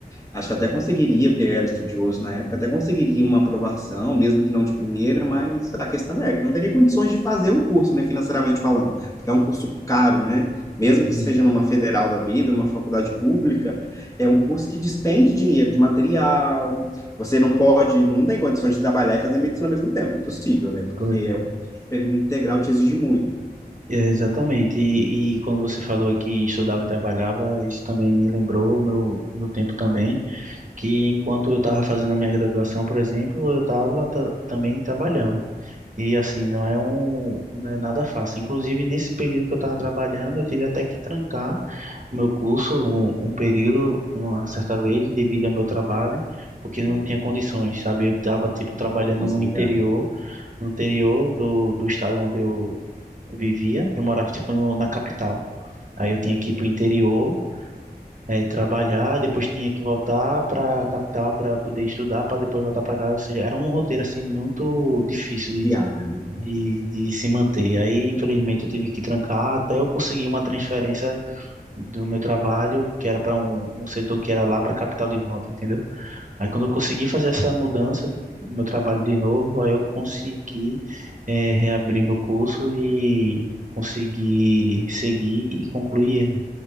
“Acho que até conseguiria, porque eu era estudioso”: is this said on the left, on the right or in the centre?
Left